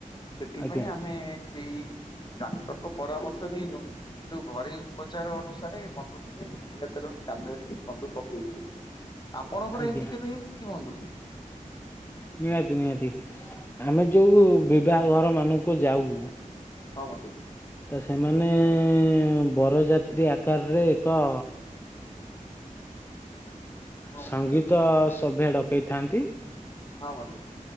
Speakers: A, on the left (about 35°); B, on the left (about 15°).
A: ସେଥିପାଇଁ
B: ଆଜ୍ଞା
A: ଆମେ କେହି ଡାକ୍ତରଙ୍କ ପରାମର୍ଶ ନେଇନୁ। କିନ୍ତୁ ଘରେଇ ଉପଚାର ଅନୁସାରେ ବନ୍ଧୁ ଟିକେ ନଡିଆ ତେଲ କାନରେ ଟିକେ ବନ୍ଧୁ ପକେଇଛୁ। ଆପଣଙ୍କର
B: ଆଜ୍ଞା
A: ଏମିତି କେବେ ହେଇଛି କି ବନ୍ଧୁ?
B: ନିହାତି ନିହାତି ଆମେ ଯେଉଁ ବିବାହ ଘର ମାନଙ୍କୁ ଯାଉ
A: ହଁ ବନ୍ଧୁ।
B: ତ ସେମାନେ ବରଯାତ୍ରୀ ଆକାରରେ ଏକ
A: ହଁ
B: ସଙ୍ଗୀତ
A: ବନ୍ଧୁ
B: ସଭ୍ୟ ଡକେଇଥାନ୍ତି
A: ହଁ ବନ୍ଧୁ।